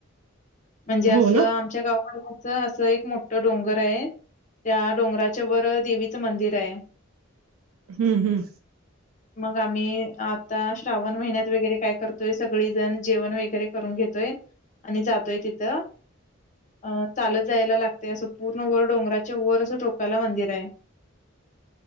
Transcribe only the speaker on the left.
म्हणजे असं
आमच्या गावाकडे असं असं एक मोठं डोंगर आहे, त्या डोंगराच्या वर देवी च मंदिर आहे.
मग आम्ही आता श्रावण महिन्यात वगैरे काय करतोय सगळीजण जेवण वगैरे करून घेतोय आणि जातोय तिथं. अ चालत जायला लागतय असं पूर्ण वर डोंगराच्या वर असं टोकाला मंदिर आहे. <inaudible>